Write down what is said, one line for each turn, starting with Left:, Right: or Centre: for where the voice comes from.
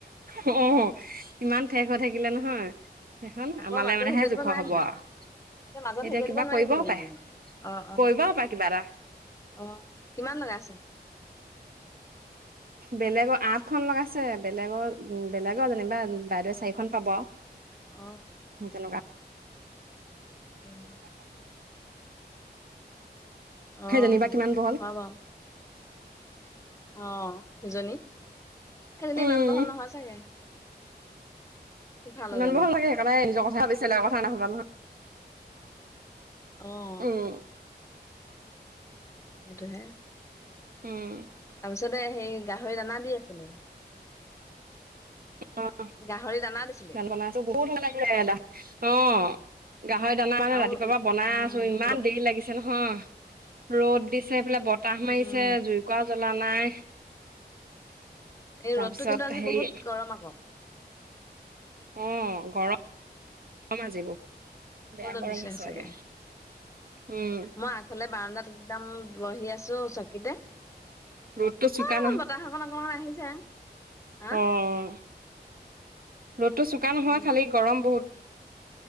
Right: অ, ইমান ঠেক হৈ থাকিলে নহয়। সেইখন
Left: আকৌ
Right: আমালৈ
Left: মাজত
Right: মানেহে
Left: হেৰি কৰি
Right: জোখৰ
Left: দিব নোৱাৰে
Right: হব
Left: নি?
Right: আৰু।
Left: মাজত
Right: এতিয়া
Left: হেৰি কৰি
Right: কিবা
Left: দিব নোৱাৰিব
Right: কৰিব
Left: জানো
Right: হপায়
Left: তেনেকে? অ অ
Right: কৰিব হপায় কিবা এটা।
Left: অ, কিমান লগাইছে?
Right: বেলেগৰ আঠখন লগাইছে, বেলেগৰ উম, বেলেগৰ যেনিবা। বাইদেউ চাৰিখন পাব
Left: অ
Right: তেনেকুৱা।
Left: <inaudible> অ,
Right: সেই যেনিবা কিমান বহল
Left: হয় বাৰু। অ, সিজনী-সিজনী
Right: উম,
Left: ইমান বহল নহয় চাগে। সিফালৰজনী।
Right: ইমান বহল নাথাকে, একেবাৰে নিজৰ কথা ভাবিচিলে লোকৰ কথা নভবা নহয়।
Left: অ',
Right: উম,
Left: সেইটোহে।
Right: উম।
Left: তাৰপিছতে সেই গাহৰি দানা দি আছিলে।
Right: অ'
Left: গাহৰি দিছিলে
Right: দানা বনাইছোঁ, বহুত সময় লাগিলে, দা অ'। গাহৰি দানা মানে
Left: আৰু
Right: ৰাতিপুৱাৰ পৰা বনাই
Left: উম
Right: আছোঁ, ইমান দেৰি লাগিছে নহয় ৰ'দ দিছে। এইফালে বতাহ
Left: উম
Right: মাৰিছে, জুইকুৰা জ্বলা নাই।
Left: এই
Right: তাৰপিছত
Left: ৰ'দটো কিন্তু আজি
Right: হেৰি
Left: বহুত গৰম আকৌ।
Right: অ', গৰম গৰম আজি বহুত।
Left: <unintelligible>
Right: বেয়া গৰম
Left: দিছে
Right: হৈছে
Left: সঁচাকে,
Right: আজি উম
Left: মই আগফালে বাৰন্দাত একদম বহি আছো চকিতে।
Right: ৰ'দটো
Left: অকন
Right: চোকা
Left: অকন বতাহ অকন অকমান আহিছে। হা
Right: উম। ৰ'দটো চোকা নহয়,
Left: উম
Right: খালি গৰম বহুত।